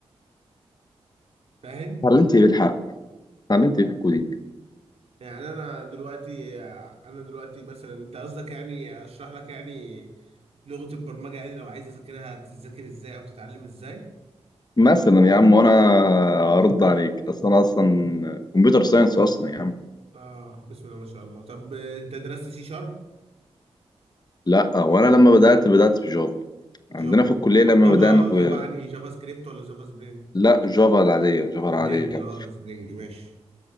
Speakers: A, on the right; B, on the left.
A: فاهم؟
B: اتعلمت ايه بالحق؟ اتعلمت ايه في الكودينج؟
A: يعني أنا دلوقتي آه، أنا دلوقتي مثلا أنت قصدك يعني أشرح لك يعني لغة البرمجة يعني لو عايز أذاكرها تذاكر إزاي أو تتعلم إزاي؟
B: مثلا يا عم وانا ارد عليك اصلا انا اصلا كمبيوتر ساينس اصلا يا عم
A: آه بسم الله ما شاء الله طب آه، أنت درست سي شارب؟
B: لا وانا لما بدات بدات في جافا
A: جافا
B: عندنا في الكليه لما
A: جافا
B: بدانا في
A: جافا يعني جافا سكريبت ولا جافا سبرينج
B: لا جافا العاديه جافا
A: سبرينج
B: العاديه
A: اه سبرينج ماشي